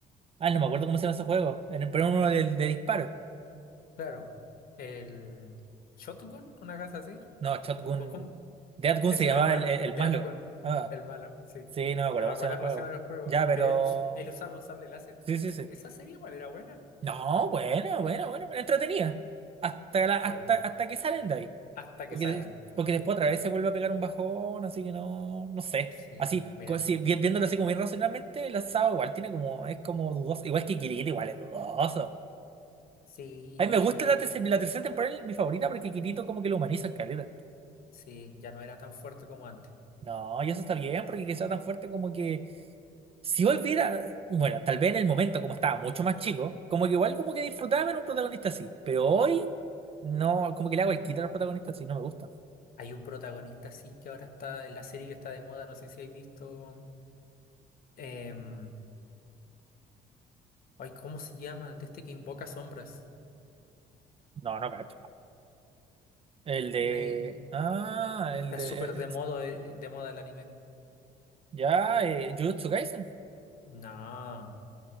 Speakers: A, on the right (about 35°); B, on the left (about 60°).
A: Ah, no me acuerdo cómo se llama ese juego. En el, pero uno de, de disparo.
B: claro. El Shotogun, una cosa así.
A: No, Shotgun.
B: ¿Cómo- cómo?
A: Dead Gun
B: Ese
A: se llamaba
B: era el malo,
A: el, el- el
B: Deathgun,
A: malo. Ah,
B: el malo, sí.
A: sí, no me acuerdo
B: No me
A: cómo
B: acuerdo
A: se llama el
B: cómo
A: juego.
B: se llama el juego,
A: Ya, pero.
B: pero él, us- él usaba un sable láser.
A: Sí,
B: Es-
A: sí, sí.
B: esa serie igual era buena.
A: No, bueno, bueno, bueno, entretenida. Hasta la, hasta,
B: Claro,
A: hasta que salen de ahí.
B: hasta
A: Porque,
B: que salen.
A: des- porque después otra vez se vuelve a pegar un bajón, así que no, no sé.
B: Sí,
A: Así,
B: mira,
A: co- si, vi- viéndolo así como bien racionalmente, el asado igual tiene como, es como dudoso. Igual que Kirito, igual es dudoso.
B: sí,
A: A mí me gusta
B: es que
A: la, terce- la tercera temporada, es mi favorita, porque Kirito como que lo humaniza en caleta.
B: sí, ya no era tan fuerte como antes.
A: No, y eso está bien, porque que sea tan fuerte como que... Si volviera, bueno, tal vez en el momento, como estaba mucho más chico, como que igual como que disfrutaba en un protagonista así. Pero hoy, no, como que le hago el quita a los protagonistas así, no me gusta.
B: Hay un protagonista, sí, que ahora está en la serie que está de moda, no sé si habéis visto. em, ay, ¿cómo se llama? De este que invoca sombras.
A: No, no cacho. El de...
B: Güey,
A: Ah,
B: está
A: el de...
B: súper
A: eh,
B: de moda, de moda el anime.
A: Ya, eh, Jujutsu Kaisen.
B: No,